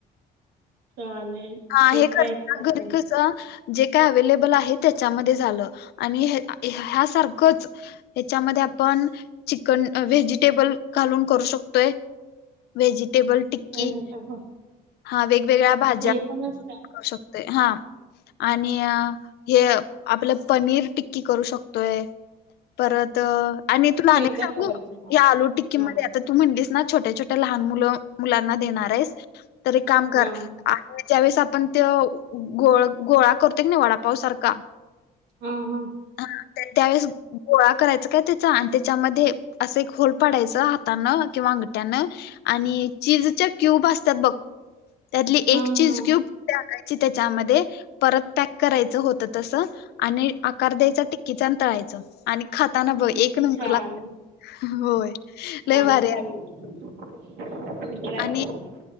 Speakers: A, on the right; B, on the left.
A: चालेल.
B: आ,
A: डीप
B: हे घर-घर
A: फ्रायच करते मी
B: कसं जे काय अवेलेबल आहे, त्याच्यामध्ये झाल आणि हय ह्यासारखच याच्यामध्ये आपण, चिकन व्हेजिटेबल घालून करू शकतोय. व्हेजिटेबल टिक्की,
A: व्हेजिटेबल
B: हा वेगवेगळ्या भा
A: ते पण असत
B: शकतय, हां. आणि अ हे आपल पनीर टिक्की करू शकतोय. परत आणि
A: की
B: तुला आणिक
A: एकदा
B: सांगु?
A: करायचं हा
B: या आलू टिक्की
A: हा
B: मध्ये त तू म्हणलीस ना, छोट्या-छोट्या लहान मुल-मुलांना देणार आहेस, त काम कर
A: हा
B: आणि ज्यावेेळेस आपण त्यो, गोळ-गोळा करतो का नाय वडापाव सारखा
A: हम्म् हम्म्
B: <unintelligible> हा त्यावेेळेस गोळा करायचा काय त्याचा आणि त्याच्यामध्ये अस एक होल पाडायच हातान किंवा अंगट्यान आणि चीजच्या क्यूब असतात बघ, त्यातली
A: हा
B: एक चीज
A: हा
B: क्यूब टाकायची त्याच्यामध्ये, परत पॅक करायच होत तस आणि आक् कार द्यायचा टिक्कीचा, आण तळायच आणि खाताना बघ
A: किती
B: एक नंबर
A: छान
B: लागतय <unintelligible> होय,
A: छान
B: लय भारीय
A: <inaudible>
B: आणि
A: करते